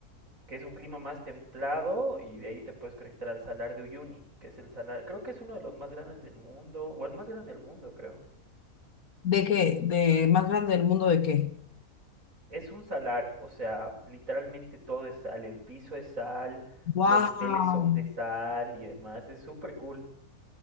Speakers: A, on the right; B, on the left.
A: que es un clima más templado, y de ahí te puedes conectar al Salar de Uyuni, que es el salar, creo que es uno de los más grandes del mundo, o el más grande del mundo, creo.
B: ¿De qué? ¿De más grande del mundo de qué?
A: Es un salar, o sea, literalmente todo es sal, el piso es sal,
B: ¡Wow!
A: los hoteles son de sal y demás, es súper cool.